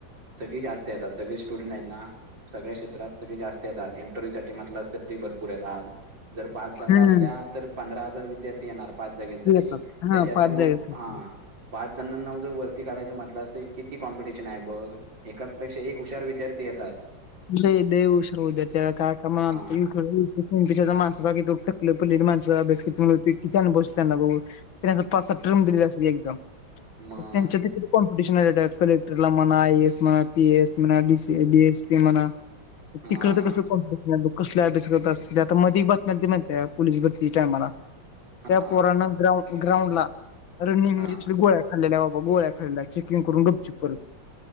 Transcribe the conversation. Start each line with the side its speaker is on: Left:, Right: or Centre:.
Right: सगळी जास्त आहेत आता सगळे स्टुडंट आहेत ना. सगळ्या क्षेत्रात सगळे जास्त येतात इंटरव्ह्यू साठी म्हटलं तरी भरपूर येतात. जर पाच जागा
Left: हम्म.
Right: असल्या तर पंधरा हजार विद्यार्थी येणार? पाच जागांसाठी
Left: येतात
Right: त्याच्यातले
Left: हा पाच
Right: मग
Left: जागेसाठी
Right: हा. पाच जणांना जर वरती काढायचं म्हटलं असं किती कॉम्पिटिशन आहे बघ एका ऐका पेक्षा एक हुशार विद्यार्थी येतात.
Left: लई ल उशरू द्या त्या काय का इ माणसकी
Right: हा
Left: <unintelligible> त <inaudible> आप प माणचा अभ्यास किती बस त्यांना त्यां पाच सात टर्म दिलेला अस एक्झाम
Right: मग
Left: त्यांच्यात किती कॉम्पिटिशन आहे कलेक्टरला म्हणा आयस म्हण. स म्ह एस पी म तिकड
Right: हा
Left: तर कस <unintelligible> कसले अभ्यास करत असतील आता मध बातम्या ते माहिती पोललीस भरतीच्या तायमाळा त्या
Right: हा
Left: पुोराण ग्राउं ग्राउंड ला रणिंगीस
Right: हा
Left: गो्या खाल्ल्या बाबा गोळ्या खाल्ल्या चेकिंग करून गपची <unintelligible> परत